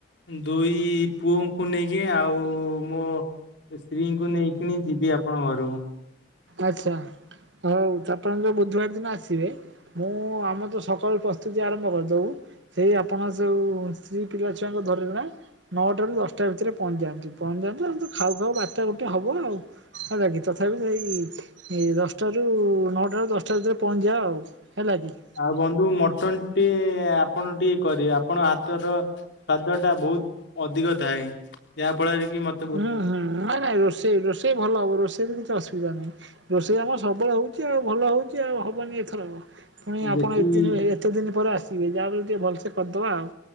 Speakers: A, on the left; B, on the right.
A: ଦୁଇ ପୁଅଙ୍କୁ ନେଇକି ଆଉ ମୋ। ସ୍ତ୍ରୀଙ୍କୁ ନେଇକିଣି ଯିବି ଆପଣ ଘରୁ।
B: ଆଚ୍ଛା ହଉ ତ ଆପଣ ଯୋଉ ବୁଧବାର ଦିନ ଆସିବେ। ମୁଁ ଆମର ତ ସକାଳୁ ପ୍ରସ୍ତୁତି ଆରମ୍ଭ କରିଦବୁ। ସେଇ ଆପଣ ଯୋଉ ସ୍ତ୍ରୀ ପିଲା ଛୁଆଙ୍କୁ ଧରିଲେ ନା। ନଅଟାରୁ ଦଶଟା ଭିତରେ ପହଞ୍ଚିଯାନ୍ତୁ ପହଞ୍ଚିଯାନ୍ତୁ ଏମିତି ଖାଉ ଖାଉ ବାରଟା, ଗୋଟେ ହବ ଆଉ। ହେଲା କି ତଥାପି ସେଇ ଏଇ ଦଶଟାରୁ, ନଅଟାରୁ, ଦଶଟା ଭିତରେ ପହଞ୍ଚିଯାଅ ଆଉ। ହେଲା କି।
A: ଆଉ ବନ୍ଧୁ ମଟନ ଟିଏ ଆପଣ ଟିକେ କରିବେ ଆପଣ ହାତର। ସ୍ଵାଦ ଟା ବହୁତ ଅଧିକ ଥାଏ ଯାହା ଫଳରେ କି ମ
B: ହୁଁ ହୁଁ ନାଇଁ ନାଇଁ ରୋଷେଇ ରୋଷେଇ ଭଲ ହବ ରୋଷେଇରେ କିଛି ଅସୁବିଧା ନାହିଁ। ରୋଷେଇ ଆମର ସବୁବେଳେ ହଉଛି ଆଉ ଭଲ ହଉଛି ଆଉ ହବନି ଏଥରକ ପୁଣି ଆପଣ
A: ଦେଶୀ
B: ଏତେ ଦିନି ରହି ଏତେ ଦିନ ପରେ ଆସିବେ ଯାହା ବି ହେଲେ ଟିକେ ଭଲସେ କରିଦବା ଆଉ